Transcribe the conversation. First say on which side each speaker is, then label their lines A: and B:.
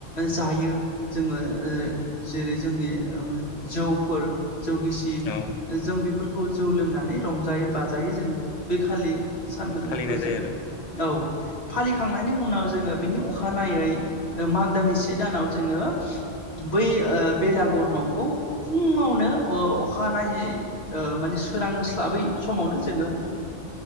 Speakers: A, on the left; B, on the left.
A: जायो जोङो ओ जेरै जोंनि जौफोर। जौगिसि
B: औ
A: जों बेफोर खौ जौ लोंनानै रंजायो बाजायो जोङो बे खालि। सानखौ जोङो
B: फालिनाय
A: फोजोबो
B: जायो आरो
A: औ फालिखांनायनि उनाव जोङो। बिनि अखा नायै माग दाननि से दानाव जोङो बै ओ बेलागर न'खौ फुङावनो ओ अखानायै ओ माने सोरांस्लाबै समावनो ओ जोङो